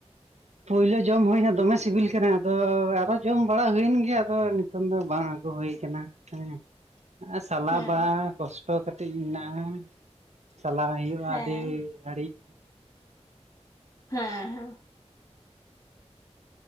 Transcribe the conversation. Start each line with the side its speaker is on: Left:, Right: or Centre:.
Right: ᱯᱳᱭᱞᱳ ᱡᱚᱢ ᱦᱩᱭᱱᱟ ᱫᱚᱢᱮ ᱥᱤᱵᱤᱞ ᱠᱟᱱᱟ ᱟᱫᱚ ᱚᱻ ᱟᱨᱚ ᱡᱚᱢ ᱵᱟᱲᱟ ᱦᱩᱭᱮᱱ ᱜᱮᱭᱟ ᱟᱫᱚ ᱮᱠᱷᱚᱱ ᱫᱚ ᱵᱟᱝ ᱟᱹᱜᱩ ᱦᱳᱭ ᱠᱟᱱᱟ ᱦᱮᱸ ᱥᱟᱞᱟ
Left: ᱦᱮᱸ
Right: ᱵᱟᱲᱟ ᱠᱚᱥᱴᱚ ᱠᱟᱹᱴᱤᱡ ᱢᱮᱱᱟᱜᱼᱟ ᱪᱟᱞᱟ ᱦᱩᱭᱩᱜᱼᱟ
Left: ᱦᱮᱸ
Right: ᱟᱹᱰᱤ ᱜᱷᱟᱹᱲᱤᱡ
Left: ᱦᱮᱸᱻᱦᱮᱸᱻ